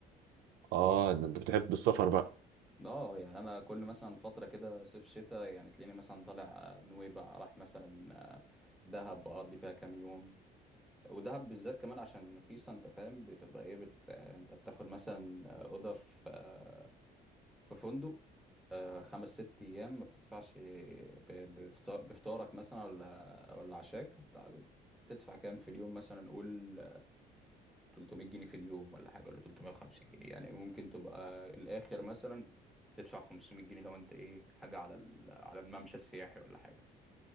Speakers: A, on the right; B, in the centre.
A: اه ده انت بتحب السفر بقى
B: اه يعني انا كل مثلا فترة كده صيف شتاء يعني تلاقيني مثلا طالع آه، نويبع راح مثلا آه، دهب واقضي فيها كام يوم ودهب بالذات كمان عشان رخيصة انت فاهم بتبقى ايه بت... آه، انت بتاخد مثلا آه، اوضة في آه، في فندق آه، خمس ست أيام ما بتدفعش ب- بفطا- بفطارك مثلا ولا ولا عشاك بتاع- بتدفع كام في اليوم مثلا قول 300 جنيه في اليوم ولا حاجة ولا 350 جنيه يعني ممكن تبقى الآخر مثلا تدفع 500 جنيه لو أنت إيه حاجة على ال- على الممشى السياحي ولا حاجة